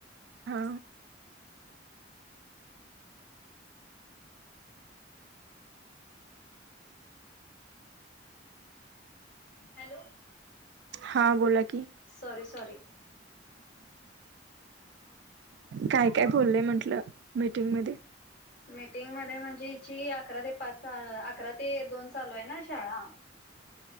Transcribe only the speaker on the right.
हा!
हा बोला की.
काय काय बोलले म्हंटलं मीटिंगमध्ये?
<unintelligible>